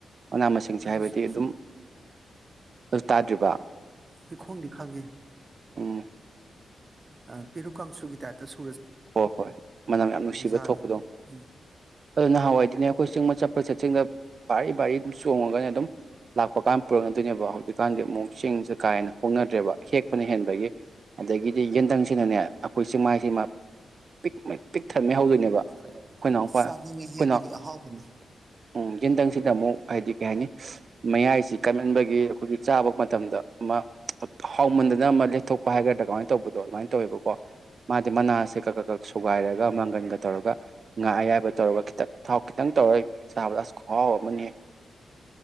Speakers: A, on the right; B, on the right.
A: ꯃꯅꯥ ꯃꯁꯤꯡꯁꯦ
B: ꯑꯗꯨꯁꯨ
A: ꯍꯥꯏꯕꯗꯤ ꯑꯗꯨꯝ ꯑꯗꯨ ꯇꯥꯗ꯭ꯔꯤꯕ
B: ꯍꯩꯈꯣꯡꯗꯤ ꯈꯪꯉꯦ
A: ꯎꯝ
B: ꯑ ꯄꯤꯔꯨꯀ ꯀꯡꯁꯨꯒꯤ ꯇꯥꯏꯞꯇ ꯁꯨ
A: ꯍꯣꯏ ꯍꯣꯏ ꯃꯅꯝ ꯌꯥꯝ ꯅꯨꯡꯁꯤꯕ
B: ꯆꯥꯔꯦ
A: ꯊꯣꯛꯄꯗꯣ
B: ꯎꯝ
A: ꯑꯗꯣ ꯅꯍꯥꯟꯋꯥꯏꯗꯤꯅꯦ ꯑꯩꯈꯣꯏ ꯆꯤꯡꯃ ꯆꯠꯄ ꯆꯠꯆꯤꯡꯗ ꯚꯥꯔꯤ ꯚꯥꯔꯤ ꯑꯗꯨꯝ ꯆꯣꯡꯉꯒꯅꯦ ꯑꯗꯨꯝ ꯂꯥꯛꯄ ꯀꯥꯟ ꯄꯨꯔꯛꯅꯗꯣꯏꯅꯦꯕ ꯍꯧꯖꯤꯛꯀꯥꯟꯗꯤ ꯑꯃꯨꯛ ꯆꯤꯡꯁꯦ ꯀꯥ ꯍꯦꯟꯅ ꯍꯣꯡꯅꯗ꯭ꯔꯦꯕ ꯍꯦꯛꯄꯅ ꯍꯦꯟꯕꯒꯤ ꯑꯗꯒꯤꯗꯤ ꯌꯦꯟꯗꯪꯁꯤꯅꯅꯦ ꯑꯩꯈꯣꯏ ꯆꯤꯡꯃꯥꯏꯁꯤꯃ ꯄꯤꯛ ꯃꯩ ꯄꯤꯛ ꯊꯟꯃꯩ ꯍꯧꯗꯣꯏꯅꯦꯕ ꯑꯩꯈꯣꯏ
B: ꯆꯥꯅꯤꯡꯉꯤꯍꯦ
A: ꯅꯥꯎꯄꯥ ꯑꯩꯈꯣꯏꯅꯥꯎ
B: ꯑꯗꯨꯗꯤ ꯑꯍꯥꯎꯕꯅꯦ
A: ꯎꯝ ꯌꯦꯟꯊꯪꯁꯤꯅ ꯃꯨꯛ ꯍꯥꯏꯗꯤ ꯀꯩ ꯍꯥꯏꯅꯤ ꯃꯌꯥꯏꯁꯤ ꯀꯥꯟꯃꯟꯕꯒꯤ ꯑꯩꯈꯣꯏꯒꯤ ꯆꯥꯕ ꯃꯇꯝꯗ ꯑꯃ ꯍꯥꯎꯃꯟꯗꯅ ꯑꯃ ꯂꯦꯊꯣꯛꯄ ꯍꯥꯏꯒꯗ꯭ꯔꯥ ꯀꯃꯥꯏꯅ ꯇꯧꯕꯗꯣ ꯑꯗꯨꯃꯥꯏꯅ ꯇꯧꯋꯦꯕꯀꯣ ꯃꯥꯗꯤ ꯃꯅꯥꯁꯦ ꯀꯛ ꯀꯛ ꯀꯛ ꯁꯨꯒꯥꯏꯔꯒ ꯃꯪꯒꯟꯒ ꯇꯧꯔꯒ ꯉꯥ ꯑꯌꯥꯏꯕ ꯇꯧꯔꯒ ꯈꯤꯇꯪ ꯊꯥꯎ ꯈꯤꯇꯪ ꯇꯧꯔ ꯆꯥꯕꯗ ꯑꯁ ꯈꯨꯍꯥꯎ ꯑꯃꯅꯤꯍꯦ